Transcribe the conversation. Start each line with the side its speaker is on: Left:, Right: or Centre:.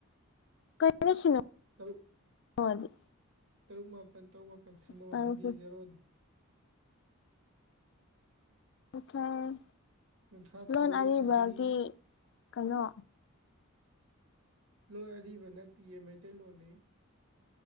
Left: ꯀꯩꯅꯩꯅꯁꯤꯅꯗꯤ
Right: ꯇꯔꯨꯛ ꯇꯔꯨꯛ ꯃꯥꯄꯜ ꯇꯔꯨꯛ ꯃꯥꯄꯜ ꯁꯤꯅꯣ
Left: ꯇꯔꯨꯛ
Right: ꯍꯥꯏꯗꯤ ꯖꯦꯔꯣꯗꯣ
Left: ꯑꯩꯣꯏ
Right: ꯀꯨꯟꯊ꯭ꯔꯥ ꯇꯔꯨꯛ
Left: ꯂꯣꯟ ꯑꯔꯤꯕꯒꯤ
Right: ꯗꯤ
Left: ꯀꯩꯅꯣ
Right: ꯂꯣꯟ ꯑꯔꯤꯕ ꯅꯠꯇꯦꯌꯦ ꯃꯩꯇꯩꯂꯣꯟꯅꯤ